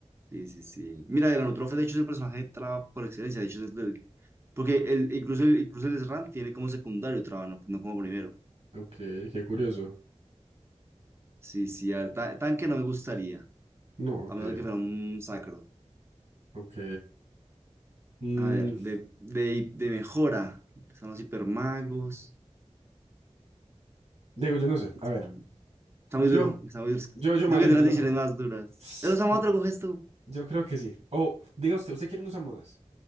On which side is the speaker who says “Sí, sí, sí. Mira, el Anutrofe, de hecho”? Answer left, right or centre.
Right